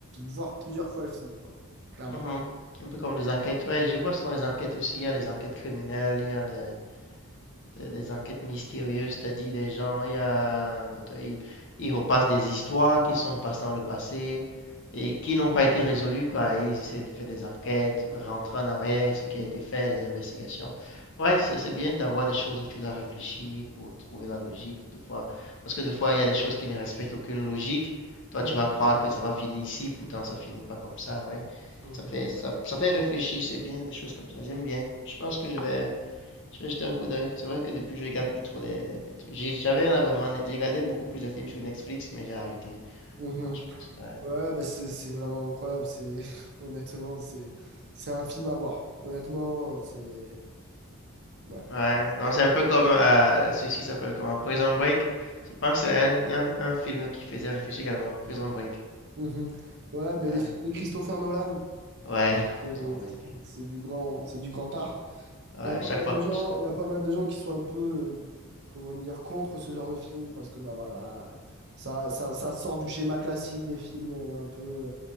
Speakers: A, on the right (about 50°); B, on the left (about 55°).
A: voir plusieurs fois le film, quoi, clairement.
B: Mhm. Un peu comme des enquêtes. Ouais, je vois souvent les enquêtes aussi. Il y a des enquêtes criminelles, il y a des, de- des enquêtes mystérieuses, c'est-à-dire des gens, il y a, un auteur, il, il repasse des histoires qui sont passées dans le passé et qui n'ont pas été résolues, quoi. Et ils essaient de faire des enquêtes, rentrer en arrière, et ce qui a été fait, les investigations. Ouais, c'est c'est bien d'avoir des choses où tu dois réfléchir pour trouver la logique, des fois. Parce que des fois, il y a des choses qui ne respectent aucune logique. Toi,
A: Mhm,
B: tu vas croire que ça va finir ici, pourtant ça finit pas comme ça, ouais.
A: mhm,
B: Ça fait, ça, ça fait réfléchir, c'est bien, des choses comme ça. J'aime bien. Je pense que je vais, je vais jeter un coup d'œil. C'est vrai que depuis, je regarde plus trop les, les- les trucs. J'ai- J'avais un abonnement, net- j'ai regardé beaucoup plus de films sur Netflix, mais j'ai arrêté.
A: mhm.
B: Non, je pense que... Ouais,
A: Ouais, bah c'est c'est vraiment incroyable. C'est <laughs> honnêtement, c'est c'est un film à voir. Honnêtement, c'est ouais.
B: Ouais, non, c'est un peu comme euh, celui-ci s'appelle comment? Prison Break. Je pense que c'est un, un- un film qui faisait réfléchir également. Prison Break.
A: Mhm. Ouais, bah
B: Ouais,
A: les films de Christopher Nolan.
B: ouais,
A: Et
B: Prison Break.
A: C'est c'est du grand, c'est du grand art.
B: Ouais,
A: Il y a pas
B: chaque
A: mal
B: fois.
A: de
B: que-
A: gens, il y a pas mal de gens qui sont un peu, euh, comment dire, contre ce genre de film parce que bah voilà, ça, ça, ça sort du schéma classique des films euh, un peu